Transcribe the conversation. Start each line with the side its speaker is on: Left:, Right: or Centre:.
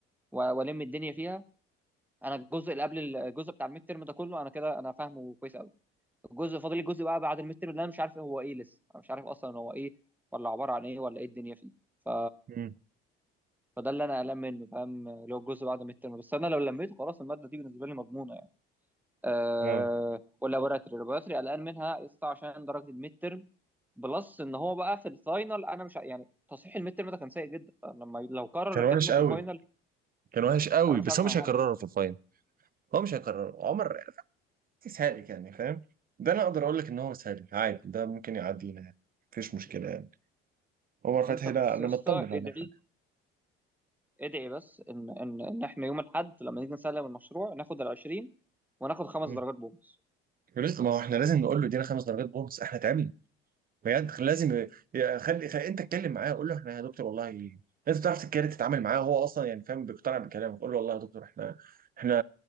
Centre: و- والم الدنيا فيها انا الجزء اللي قبل الجزء بتاع الميد ترم ده كله انا كده انا فاهمه كويس قوي الجزء فاضل لي الجزء بقى بعد الميد ترم اللي انا مش عارف هو ايه لسه انا مش عارف اصلا هو ايه ولا عباره عن ايه ولا ايه الدنيا فيه ف...
Right: مم.
Centre: فده اللي انا قلقان منه فاهم اللي هو الجزء بعد الميد ترم بس انا لو لميته خلاص الماده دي بالنسبه لي مضمونه يعني أه...
Right: اه
Centre: واللابوراتري اللابوراتري قلقان منها يسطا عشان درجه الميد ترم بلس ان هو بقى في الفاينل انا مش ع- يعني تصحيح الميد ترم ده كان سيء جدا فلما لو كرر
Right: كان
Centre: الكلام
Right: وحش
Centre: ده
Right: قوي
Centre: في الفاينل
Right: كان وحش قوي
Centre: انا مش
Right: بس
Centre: عارف
Right: هو
Centre: انا
Right: مش
Centre: هعمل
Right: هيكرره
Centre: ايه
Right: في الفاينل هو مش هيكرره عمر سالك يعني فاهم ده انا اقدر اقول لك ان هو سالك عادي ده ممكن يعدينا يعني مفيش مشكله يعني عمر فتحي
Centre: انت بس
Right: لا انا
Centre: يا اسطى
Right: مطمن على
Centre: ادعي
Right: عمر فتحي
Centre: ادعي بس ان ان ان احنا يوم الاحد لما نيجي نسلم المشروع ناخد ال 20 وناخد خمس
Right: مم.
Centre: درجات بونص
Right: ولسه- ما هو احنا لازم نقول
Centre: يعني
Right: له ادينا خمس درجات بونص احنا تعبنا بجد لازم ي- ي- خلي خلي انت اتكلم معاه قول له احنا يا دكتور والله لازم تعرف تتكلم تتعامل معاه هو اصلا يعني فاهم بيقتنع بكلامك قول له والله يا دكتور احنا احنا